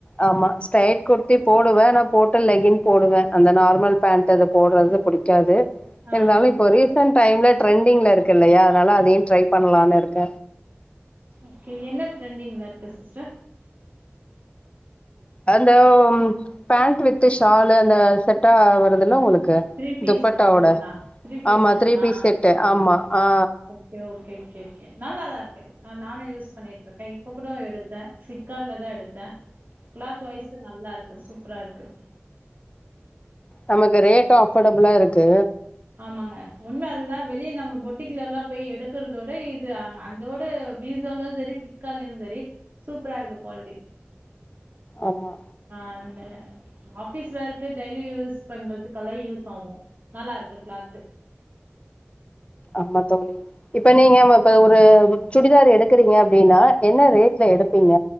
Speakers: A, on the left (about 25°); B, on the right (about 45°).
A: ஆமா ஸ்டைட் குர்த்திப் போடுவ ஆனா போட்டு லெகின் போடுவ அந்த நார்மல் பேண்ட் அது போட்றது புடிக்காது
B: ஆ
A: இருந்தாலு
B: ஓகே
A: இப்ப
B: சிஸ்
A: ரீசெண்ட் டைம்ல ட்ரெண்டிங்ல இருக்கு இல்லயா அதனால அதையு ட்ரை பண்லான் இருக்க
B: ஓகே என்ன ட்ரெண்டிங்ல இருக்கு சிஸ்டர்
A: அந்த பேண்ட் வித்து ஷாலு அந்த செட்டா வருதுல்ல உங்ளுக்கு
B: த்ரீ பீஸ்
A: துப்பட்டாவோட
B: செட்டுங்களா த்ரீ பீஸ்
A: ஆமா
B: செட்டுங்களா
A: த்ரீ பீஸ் செட்டு ஆமா ஆ
B: ஓகே ஓகே கே கே நல்லாதா இருக்கு நானே யூஸ் பண்ணிட்ருக்க இப்ப கூட எடுத்த ப்ளிஃப்கார்ட்லதா எடுத்த கிளாத் வாய்சு நல்லா இருக் சூப்ரா இருக்கு
A: நமக்கு ரேட்டு அஃபோடபிளா இருக்கு
B: ஆமாங்க உண்ம அதுதா வெளிய நம்ம பொட்டிக்குலலா பொய் எடுக்குறதோட இது அ அந் இதோட பிசோலயு செரி ப்லிப்காட்லயு செரி சூப்ரா இருக் குவால்டி
A: ஆமா
B: அந்த ஆபிஸ் வேர்கு டெய்லி யூஸ் பண்றதுக்கெல்லா யூஸ் ஆகு நல்லா இருக் கிளாத்து
A: ஆமா தோழி இப்ப நீங்க இப்ப ஒரு சுடிதார் எடுக்குறீங்க அப்டின்னா என்ன ரேட்ல எடுப்பீங்க